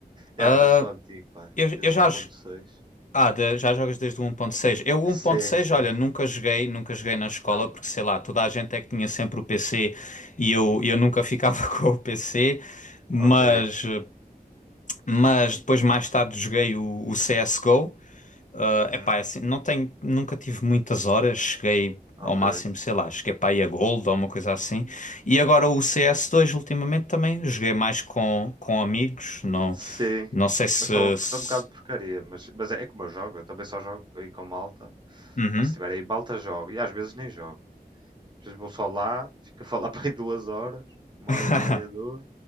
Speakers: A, on the left; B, on the right.
A: Ah,
B: Já, já sou antigo, pá,
A: eu,
B: desde
A: eu já,
B: 1.6.
A: Ah, da- já jogas desde o 1.6. Eu o
B: Sim,
A: 1.6,
B: sim.
A: olha, nunca joguei, nunca joguei na escola
B: Não?
A: porque sei lá, toda a gente é que tinha sempre o PC e eu, eu nunca ficava <laughs> com o PC, mas,
B: Ok.
A: eh, mas depois mais tarde joguei o, o CSGO. Ah,
B: Uhum.
A: epá, é assim, não tenho, nunca tive muitas horas, cheguei
B: Ok.
A: ao máximo, sei lá, cheguei para aí a Gold ou uma coisa assim. E agora o CS2 ultimamente também joguei mais com, com amigos, não,
B: Sim,
A: não sei se...
B: mas estava bom, porque
A: se...
B: um bocado de porcaria. Mas, mas é, é como eu jogo, eu também só jogo aí com malta.
A: Uhum.
B: Pá, se tiver aí malta, jogo. E às vezes nem jogo. Às vezes vou só lá, fico a falar <laughs> para aí duas horas, uma
A: <laughs>
B: hora e meia, duas,